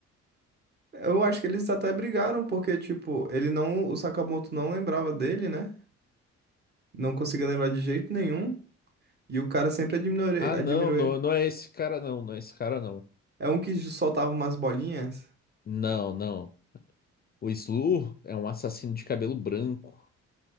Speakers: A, on the right (about 35°); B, on the left (about 30°).
A: Eu acho que eles até brigaram, porque, tipo, ele não. O Sakamoto não lembrava dele, né? Não conseguia lembrar de jeito nenhum. E o cara sempre admirou, ele-
B: Ah,
A: admirou
B: não, não,
A: ele.
B: não é esse cara não, não é esse cara não.
A: É um que soltava umas bolinhas.
B: Não, não. O Slur é um assassino de cabelo branco.